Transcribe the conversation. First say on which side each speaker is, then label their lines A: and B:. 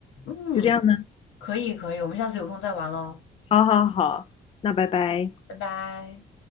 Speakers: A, on the left; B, on the left.
A: 嗯，
B: 就这样呢。
A: 可以可以，我们下次有空再玩喽，
B: 好好好，那拜拜。
A: 拜拜。